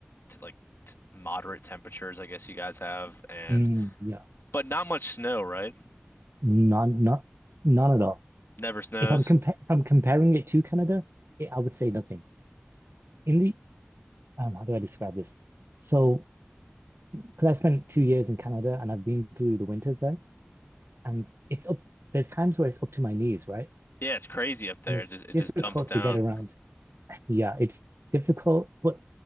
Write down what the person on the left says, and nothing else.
t like t moderate temperatures, I guess you guys have, and
but not much snow, right?
Never snows.
Yeah, it's crazy up there.
It just it
just dumps down.